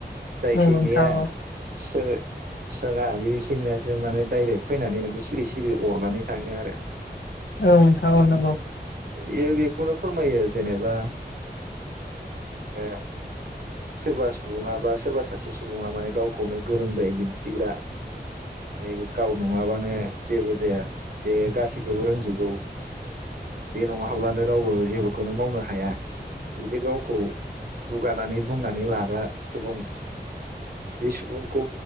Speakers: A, on the left; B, on the right.
A: नोंथां
B: जाय सैमाया
A: औ
B: सो सोङा बे सैमायासो माने डाइरेक्ट फैनानै नोखो सिरि सिरि अरनानै थाङो आरो।
A: औ नोंथां औ नंगौ
B: इयो बेखौनो फोरमायो जेनेबा ओ सोरबा सुबुङा बा सोरबा सासे सुबुङा माने गावखौनो गोरोंद्राय दिन्थिग्रा माने गाव नङाबानो जेबो जाया बे गासैखौबो रोंजोबगौ बे नङाब्लानो रावबो जेबोखौनो मावनो हाया बिदि गावखौ दुगानानै बुंनानै लाग्रा सुबुं बे सुबुंखौ